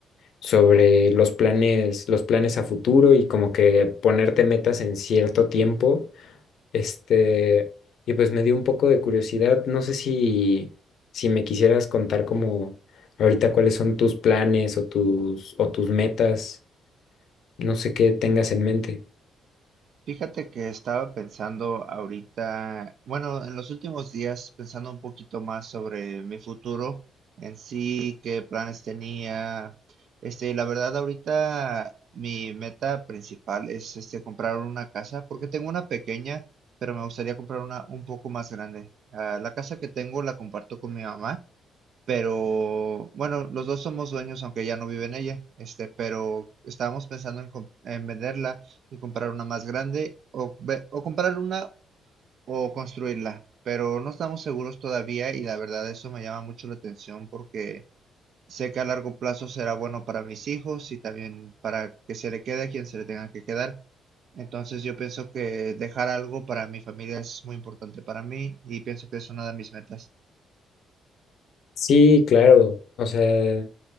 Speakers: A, on the left; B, on the right.
A: sobre los planes, los planes a futuro y como que ponerte metas en cierto tiempo este, y pues me dio un poco de curiosidad. No sé si, si me quisieras contar como ahorita cuáles son tus planes o tus, o tus metas. No sé qué tengas en mente.
B: Fíjate que estaba pensando ahorita, bueno, en los últimos días pensando un poquito más sobre mi futuro en sí, qué planes tenía. Este, la verdad ahorita mi meta principal es este comprar una casa porque tengo una pequeña, pero me gustaría comprar una un poco más grande. Ah, la casa que tengo la comparto con mi mamá. pero bueno, los dos somos dueños, aunque ya no vive en ella, este, pero estábamos pensando en, com- en venderla y comprar una más grande o, ve- o comprar una o construirla, pero no estamos seguros todavía y la verdad eso me llama mucho la atención porque sé que a largo plazo será bueno para mis hijos y también para que se le quede a quien se le tenga que quedar. Entonces yo pienso que dejar algo para mi familia es muy importante para mí y pienso que es una de mis metas.
A: Sí, claro. O sea,